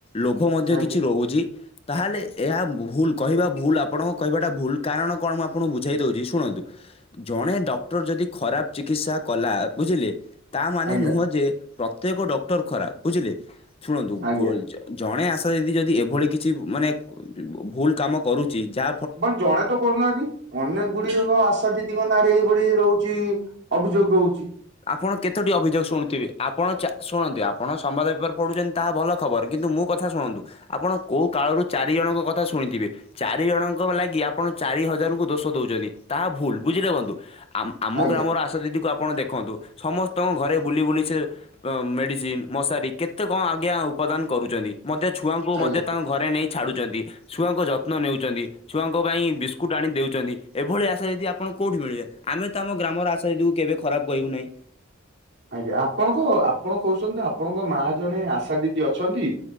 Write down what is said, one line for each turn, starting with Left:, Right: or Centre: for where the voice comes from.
Left: ଲୋଭ ମଧ୍ୟ
Right: ଆଜ୍ଞା
Left: କିଛି ରହୁଛି। ତାହେଲେ ଏହା ଭୁଲ କହିବା ଭୁଲ ଆପଣଙ୍କ କହିବା ଟା ଭୁଲ୍, କାରଣ କଣ ମୁଁ ଆପଣଙ୍କୁ ବୁଝେଇ ଦଉଛି ଶୁଣନ୍ତୁ। ଜଣେ ଡକ୍ଟର ଯଦି ଖରାପ ଚିକିତ୍ସା କଲ ଲା ବୁଝିଲେ, ତା ମାନେ
Right: ଆଜ୍ଞା
Left: ନୁହଁ ଯେ ପ୍ରତ୍ୱେକ ଡକ୍ଟର ଖରାପ ବୁଝିଲେ। ଶୁଣନ୍ତୁ
Right: ଆଜ୍ଞା
Left: ଗୋ ଜଣେ ଆସ ଣେ ଦିଦି ଯଦି ଏଭଳି କିଛି ମାନେ ଭୁଲ କାମ କରୁଚି ତା
Right: କଣ ଜଣେ ତ କରୁନାହାନ୍ତି ।ଅନେକ ଗୁଡ଼ିଏଙ୍କ ଆଶା ଦିଦିଙ୍କ ନାଁରେ ଏଇଭଳି ରହୁଚି ଅଭିଯୋଗ ରହୁଚି।
Left: ଆପଣ କେତୋଟି ଅଭିଯୋଗ ଶୁଣୁଥିବେ ଆପଣ ଚା ଶୁଣନ୍ତି ଆପଣ ସମ୍ବାଦ ପେପର ପଢୁ ତାହା ଭଲ ଖବର କିନ୍ତୁ ମୁଁ କଥା ଶୁଣନ୍ତୁ ଆପଣ କଉ କାଳରୁ ଚାରି ଜଣଙ୍କ କଥା ଶୁଣିଥିବେ ଚାରି ଜଣ ଙ୍କ ଲାଗି ଆପଣ ଚାରି ହଜାର ଙ୍କୁ ଦୋଷ ଦଉଚନ୍ତି ତା ଭୁଲ ବୁଝିଲେ ବନ୍ଧୁ। ଆମ
Right: ଆଜ୍ଞା
Left: ଗ୍ରାମର ଆଶାଦିଦିକୁ ଆପଣ ଖନ୍ତୁ ସମସ୍ତଙ୍କ ଘରେ ବୁଲି ବୁଲି ସେ ଅ ମେଡିସିନ ମଶାରୀ କେତେ କଣ ଆଜ୍ଞା ଉପାଦାନ କରୁଚନ୍ତି ମଧ୍ୟ ଛୁଆଙ୍କୁ
Right: ଆଜ୍ଞା
Left: ମଧ୍ୟ ତାଙ୍କ ଘରେ ନେଇ ଛାଡୁଚନ୍ତି ଛୁଆଙ୍କ ଯତ୍ନ ନେଉଚନ୍ତି। ଛୁଆଙ୍କ ପାଇଁ ବିସ୍କୁଟ ଆଣି ଦେଉଚନ୍ତି ଏଭଳି ଆଶା ଦିଦି ଆପଣଙ୍କୁ କୋଉଠି ମିଳିବେ, ଆମେ ତା ଆମ ଗ୍ରାମର ଆଶା ଦିଦିକୁ କେବେ ଖରାପ କହିବୁ ନାଇ।
Right: ଆଜ୍ଞା ଆପଣଙ୍କ ଆପଣ କହୁଚନ୍ତି ଆପଣଙ୍କ ମା ଜଣେ ଆଶା ଦିଦି ଅଛନ୍ତି।